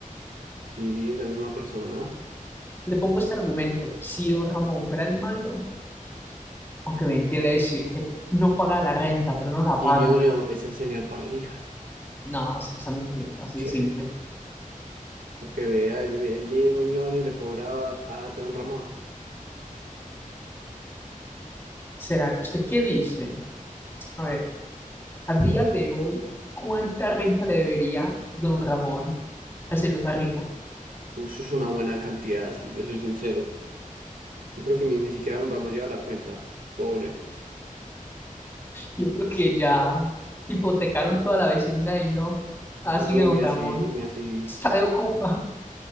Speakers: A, on the right; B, on the left.
A: Sí, es la misma persona.
B: Le pongo este argumento. Si Don Ramón fuera el malo, aunque me entiende decir que no paga la renta, pero no la
A: Y
B: paga.
A: Ñoño es el señor Barriga.
B: No, se me está mintiendo, así
A: Sí,
B: de simple.
A: para que vea, el, el mismo Ñoño le cobraba a Don Ramón.
B: ¿Será que usted qué dice? A ver, a día de hoy, ¿cuánta renta le debería don Ramón al señor Barriga?
A: Uy, Eso es una buena cantidad, sí, le soy sincero. Yo creo que ni, ni siquiera Don Ramón lleva la cuenta. Pobre.
B: Yo creo que ya hipotecaron toda la vecindad y no. Así
A: No,
B: que don
A: ni
B: Ramón
A: así, ni así.
B: está de ocupa.